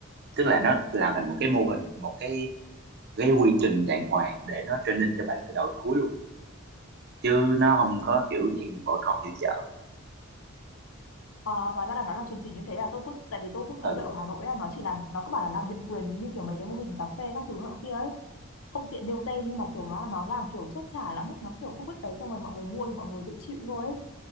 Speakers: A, on the right; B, on the left.
A: tức là nó làm thành một cái mô hình một cái cái quy trình đàng hoàng để nó training cho bạn từ đầu đến cuối luôn chứ nó không có kiểu dạng như bỏ con giữa chợ
B: à, hóa ra là nó làm chuẩn chỉnh như thế là tôi cứ tại vì tôi cứ thấy
A: ừ
B: là ở Hà Nội ấy, nó chỉ làm nó cứ bảo là làm nhượng quyền như kiểu mấy cái mô hình cà phê các thứ nọ kia ấy không tiện nêu tên nhưng mà kiểu nó nó làm kiểu chốt trả lắm ấy nó kiểu cứ vứt đấy xong rồi mọi người mua thì mọi người tự chịu thôi ấy